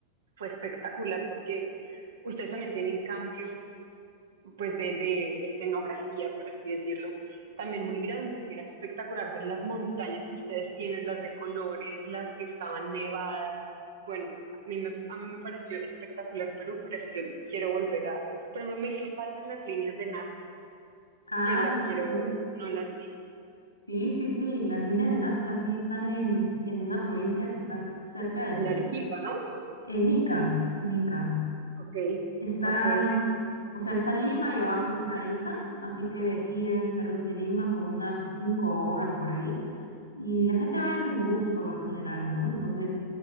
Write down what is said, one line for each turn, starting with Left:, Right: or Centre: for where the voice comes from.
Right: fue espectacular porque ustedes también tienen cambios pues de, de escenografía, por así decirlo, también muy grandes. Y era espectacular ver las montañas que ustedes tienen, las de colores, las que estaban nevadas. Bueno, a mí me, a mí me pareció espectacular Perú, por eso yo quiero volver a... Por ejemplo, me hizo falta las líneas de Nazca,
Left: Ah,
Right: que las quiero
Left: sí.
Right: ver, no las vi.
Left: Sí, sí, sí, las líneas de Nazca sí están en, en una provincia que está cerca de aquí,
Right: En Arequipa, ¿no?
Left: en Ica, en Ica.
Right: Ok,
Left: Está,
Right: ok, ok.
Left: o sea, está Lima y abajo está Ica, así que de aquí deben ser de Lima como unas cinco horas por ahí. Y la gente va en bus por lo general, ¿no? Entonces